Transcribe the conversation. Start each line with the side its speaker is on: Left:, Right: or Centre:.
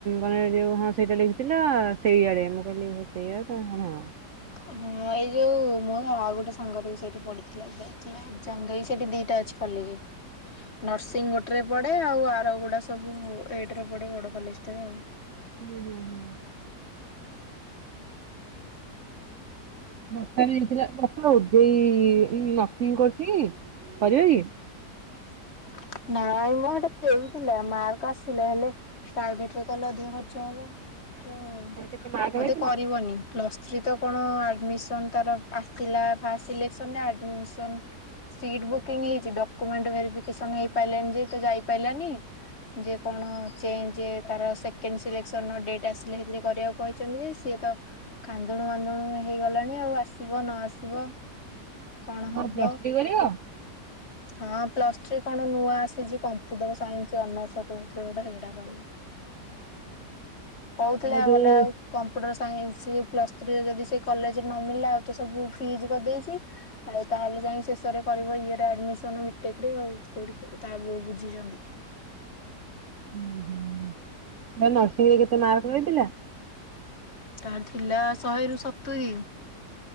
Right: ମାନେ ଯଉ ହଁ ସେଇଟା ଲେଖିଥିଲା ସେଇଆଡେ ମୁଁ କହିଲି ହ ସେଇଆ ତାହେଲେ ହଁ
Left: ହଁ ଏଇ ଯୋଉ ମୁଁ ଆଉ ଗୋଟେ ସାଙ୍ଗରେ ସେଠି ପଢଥିଲା ଯାଇଥିଲା ଏ ସେଠି ଦିଟା ଅଛି କଲେଜ୍ ନର୍ସିଂ ଗୋଟେରେ ପଡେ ଆଉ ଆର ଗୁଡା ସବୁ ଏଇଟରେ ପଡେ ବଡ଼ କଲେଜଟାରେ ଆଉ
Right: ହୁଁ ହୁଁ ହୁଁ। ବର୍ଷା ଦେଇଥିଲା ବର୍ଷା ଓଜେଇ ନର୍ସିଂ କରୁଛି କରିବକି?
Left: <inaudible> ନାଇଁ ମ ସେଟା ଦେଇଥିଲା ମାର୍କ ଆସିଲା ହେଲେ ପ୍ରାଇଭେଟରେ କଲେ ଅଧିକ ଖର୍ଚ୍ଚ ହବ। ତ
Right: ତାର କେତେ ମାର୍କ
Left: ବୋଧେ
Right: ରହିଥିଲା
Left: କରିବନି। ପ୍ଳସ୍ ଥ୍ରୀ ତ କଣ ଆଡ଼ମିସନ୍ ତାର ଆସିଲା ଫାଷ୍ଟ ସିଲେକ୍ସନରେ ଆଡମିସନ୍ ସିଟ୍ ବୁକିଂ ହେଇଛି ଡକୁମେଣ୍ଟ ଭେଫିକେସଇ ପାଇାନି ଯେ ତ ଯାଇ ପାରିଲାନି ଯେ କଣ? ତାର ସେକେଣ୍ଡ ସିଲେକ୍ସନ ଡଟ୍ ଆସିଲେ ସେଥିରେ କରିବାକୁ କହିଛନ୍ତି ଯେ ସିଏ ତ କାନ୍ଦୁଣୁନ୍ଦୁଣୁ ହେଇଗଲାଣି ଆଉ ଆସିବ ନ ଆସିବ? କଣ ହବ
Right: ହଁ ପ୍ଲସ୍ କରିବ।
Left: ହଁ ପ୍ଲସ୍ ଥ୍ରୀ କ କଣ ନୂଆ ଆସିଛି କମ୍ପୁଟର ସାଇନ୍ସ ଅନର୍ସ କୋଉଥିଲେ ଗୋଟେ ଏଇଟା କରିବୁ। କହୁଥିଲେ
Right: ତାର ଯୋଉ
Left: ଗଲେ ଆଉ କମ୍ପୁଟର ସାଙ୍ଗ ସ ପ୍ଲସ ଥ୍ରୀ ଯଦି ସେ କଲେଜରେ ନ ମିଳିଲା ଆଉ ତ ସବୁ ଫ୍ରିଜ କରିଦେଇଛି। ଆଉ ତାହେଲେ ଯାଇ ଶେଷରେ କରିବ ଇଏମିନ ବିଟେ ରେ ହଉ। କୋଉଠିକୁ ତା ବୁଅ ବୁଝିଛନ୍ତି।
Right: ଉ ତା ନରସିଂ ରେ କେତେ ମାରକ ରହିଥିଲା?
Left: ତାର ଥିଲା ଶହେରୁ ସତୁୁରୀ